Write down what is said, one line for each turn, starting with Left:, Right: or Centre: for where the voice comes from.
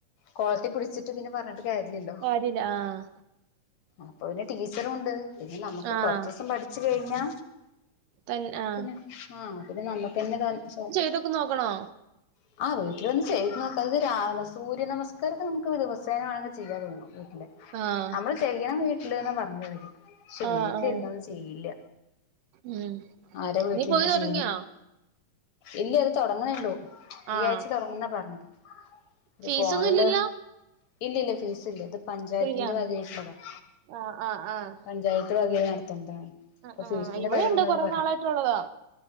Left: കോളത്തി പിടിച്ചിട്ട് പിന്നെ പറഞ്ഞിട്ട് കാര്ല്ലല്ലോ
Right: കാര്യല്ല ആഹ്
Left: അപ്പൊ പിന്നെ ടീച്ചറുണ്ട് ഇനി നമ്മുക്ക്
Right: ആഹ്
Left: കൊറച്ച് ദിവസം പഠിച്ചു കഴിഞ്ഞാ
Right: തന്നെ ആഹ്
Left: പിന്നെ ആഹ് പിന്നെ നമ്മക്ക്ന്നെ കാണിച്ച
Right: ഇതൊക്കെ നോക്കണോ
Left: ഉ ആഹ് വീട്ടിലൊന്ന് ചെയ്ത് നോക്ക് ഇത് രാവ സൂര്യനമസ്കാരക്കെ നമുക്ക് വ ദിവസേന വേണേ ചെയ്യാ തോന്നുന്ന് വീട്ടിൽ
Right: ആഹ്
Left: ചെയ്യണം വീട്ടില്ന്ന് പറഞ്ഞത് അവര് പക്ഷെ
Right: ആഹ്
Left: വീട്ടിലിരുന്നന്നും
Right: ആഹ്
Left: ചെയില്ല
Right: ഉം
Left: ആരാ വീട്ടിലിന്ന്
Right: നീ പോയി തൊടങ്ങിയോ
Left: ചെയ്യണ് ഇല്ല അത് തുടങ്ങുന്നേള്ളൂ ഈ
Right: ആഹ്
Left: ആഴ്ച്ച തുടങ്ങുന്നാ പറഞ്ഞത് ഒരു
Right: ഫീസൊന്നും
Left: ഫോണില്
Right: ഇല്ലല്ലോ
Left: ഇല്ലല്ല ഫീസ് ഇല്ല ഇത് പഞ്ചായത്തിന്റെ
Right: ഫ്രീയാ
Left: വകയിട്ടുള്ളതണ്
Right: ആഹ് ആഹ് ആഹ്
Left: പഞ്ചായത്ത് വകയിൽ നടത്തതാണ്
Right: ആഹ്
Left: അപ്പൊ
Right: ആഹ്
Left: ഫീസിന്റെ
Right: ഇവിടെയുണ്ട്
Left: കാര്യംങ്ങൾ ഒന്നും
Right: കൊറേ
Left: പറഞ്ഞിട്ടില്ല
Right: നാളായിട്ടുള്ളതാ